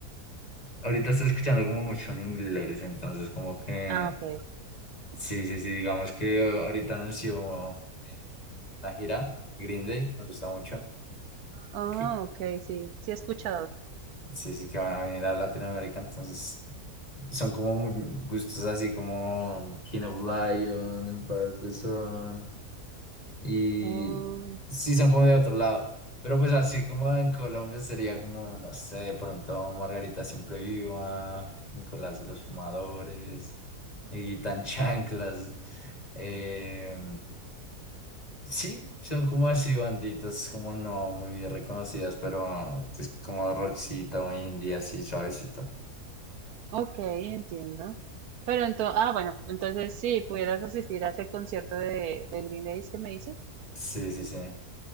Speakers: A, on the left; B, on the right.
A: Ahorita estoy escuchando como mucho en inglés, entonces como que...
B: Ah, ok.
A: Sí, sí, sí, digamos que ahorita anunció eh, la gira Green Day, me gusta mucho.
B: Ah,
A: que-
B: ok, sí, sí he escuchado.
A: Sí, sí, que van a venir a Latinoamérica, entonces Son como gustos así como King of Lion, Empire of the Sun, y
B: Oh.
A: sí son como de otro lado, pero pues así como en Colombia sería como, no sé, de pronto Margarita Siempre Viva, Nicolás y los Fumadores, y Tan Chanclas, eh, sí, son como así banditas, como no muy reconocidas, pero es como Roxito o indie, así suavecito.
B: Ok, entiendo. Pero entonces, ah, bueno, entonces si pudieras asistir a ese concierto de, de Green Days que me dices,
A: Sí, sí, sí.